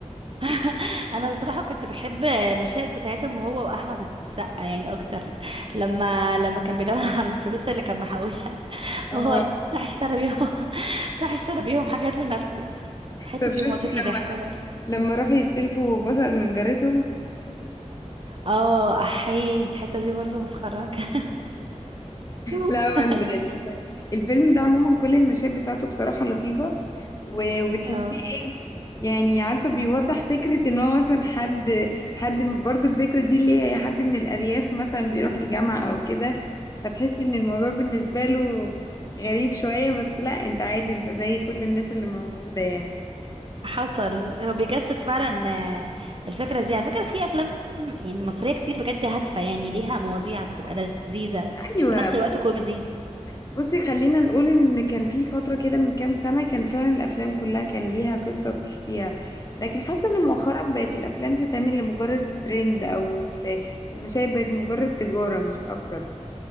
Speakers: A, on the right; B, on the left.
A: <laughs> انا بصراحه كنت بحب مشاهد بتاعتهم هو واحمد السقا يعني اكتر لما لما كان بيدور <laughs> على الفلوس اللي كان محوشها
B: اه
A: وهو راح اشترى بيهم <laughs> راح اشترى بيهم حاجات لنفسه الحته
B: طب
A: دي
B: شفتي
A: موتتني ضحكه برضه
B: لما راحوا يستلفوا بصل من جارتهم
A: اه احيه الحته دي برضه مسخرجه <laughs>
B: لا هو ال- الفيلم ده عموما كل المشاهد بتاعته بصراحة لطيفة و- وتحسيه
A: اه
B: يعني عارفة بيوضح فكرة ان هو مثلا حد حد برضو الفكرة دي اللي هي حد من الأرياف مثلا بيروح الجامعة او كده فتحس ان الموضوع بالنسبة له غريب شوية بس لا انت عادي انت زي كل الناس اللي موجودة يعني
A: حصل هو بيجسد فعلا آه، الفكره دي على فكره في افلام يعني مصريه كتير بجد هادفه يعني ليها مواضيع بتبقى لذيذه
B: ايوه
A: في نفس الوقت
B: بصي
A: كوميدي
B: بصي خلينا نقول ان كان في فترة كده من كام سنة كان فعلا الافلام كلها كان ليها قصة بتحكيها لكن حاسة ان مؤخرا بقت الافلام تتعمل لمجرد الترند او ال- المشاهد بقت مجرد تجارة مش اكتر